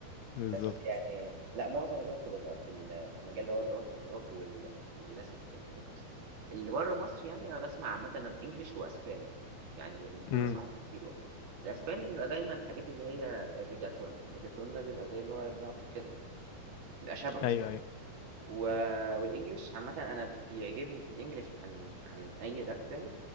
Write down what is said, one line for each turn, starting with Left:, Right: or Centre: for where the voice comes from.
Left: بالظبط
Right: بس يعني لأ معظم الوقت بابقى في ال في مجال اللي هو الرو الروك والكلاسيك في ال في مصر، اللي برّه مصر يعني أنا باسمع عامةً English وأسباني، يعني الاتنين
Left: أمم،
Right: باسمعهم كتير برضه، الأسباني بيبقى دايمًا حاجات اللي هي الReggaeton، الReggaeton ده بيبقى زي اللي هو الراب وكده يعني، بيبقى شبهه
Left: ايوه
Right: شوية.
Left: ايوه
Right: و... والانجليش عامة انا بيعجبني في الانجليش عن عن اي راب تاني